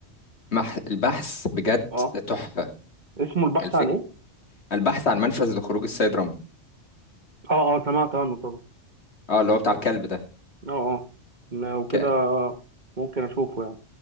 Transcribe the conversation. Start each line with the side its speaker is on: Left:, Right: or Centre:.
Left: مح... البحث بجد
Right: اه
Left: تحفة
Right: اسمه البحث
Left: الفكرة
Right: عن ايه
Left: البحث عن منفذ لخروج السيد رامبو
Right: اه اه سمعت عنه طبعا
Left: اه اللي هو بتاع الكلب ده
Right: اه اه إن- وكده
Left: ك...
Right: ممكن اشوفه يعني